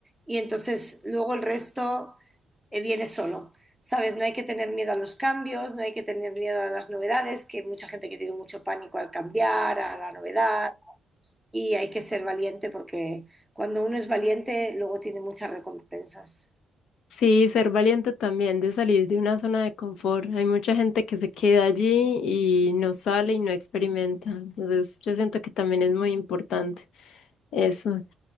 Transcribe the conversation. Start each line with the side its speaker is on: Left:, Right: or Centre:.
Centre: Y entonces luego el resto eh, viene solo. ¿Sabes? No hay que tener miedo a los cambios, no hay que tener miedo a las novedades, que hay mucha gente que tiene mucho pánico al cambiar, a la novedad, y hay que ser valiente porque cuando uno es valiente, luego tiene muchas recompensas.
Left: Sí, ser valiente también de salir de una zona de confort. Hay mucha gente que se queda allí y no sale y no experimenta. Entonces, yo siento que también es muy importante eso.